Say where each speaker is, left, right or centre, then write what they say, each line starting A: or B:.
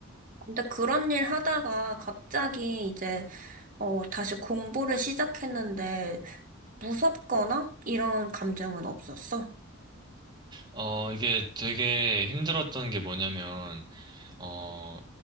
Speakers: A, on the right (about 40°); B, on the right (about 20°).
A: 근데 그런 일 하다가 갑자기 이제, 어, 다시 공부를 시작했는데, 무섭거나 이런 감정은 없었어?
B: 어, 이게 되게 힘들었던 게 뭐냐면, 어,